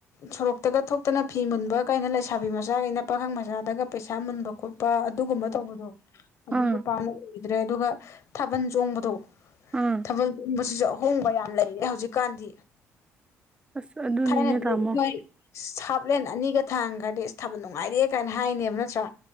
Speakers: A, on the left; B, on the right.
A: ꯁꯣꯔꯣꯛꯇꯒ ꯊꯣꯛꯇꯅ ꯐꯤ ꯃꯨꯟꯕ ꯀꯥꯏꯅ ꯂꯩꯁꯥꯕꯤ ꯃꯆꯥ ꯀꯩꯅ ꯄꯥꯈꯪ ꯃꯆꯥꯗꯒ ꯄꯩꯁꯥ ꯃꯨꯟꯕ ꯈꯣꯠꯄ ꯑꯗꯨꯒꯨꯝꯕ ꯇꯧꯕꯗꯣ ꯑꯗꯨꯁꯨ
B: ꯑꯥ
A: ꯄꯥꯝꯅ ꯎꯒꯤꯗ꯭ꯔꯦ ꯑꯗꯨꯒ ꯊꯥꯕꯜ ꯆꯣꯡꯕꯗꯣ
B: ꯑꯥ
A: ꯊꯥꯕꯜ ꯆꯣꯡꯕꯁꯤꯁꯨ ꯑꯍꯣꯡꯕ ꯌꯥꯝ ꯂꯩꯔꯦ ꯍꯧꯖꯤꯛ ꯀꯥꯟꯗꯤ
B: ꯑꯁ ꯑꯗꯨꯅꯤꯅꯦ
A: ꯊꯥꯏꯅꯗꯤ
B: ꯇꯥꯃꯣ
A: ꯃꯣꯏ ꯁꯕ ꯍꯥꯞꯂꯦꯟ ꯑꯅꯤꯒ ꯊꯥꯡꯒ꯭ꯔꯗꯤ ꯑꯁ ꯊꯥꯕꯜ ꯅꯨꯡꯉꯥꯏꯔꯦ ꯀꯥꯏꯅ ꯍꯥꯏꯅꯦꯕ ꯅꯠꯇ꯭ꯔꯥ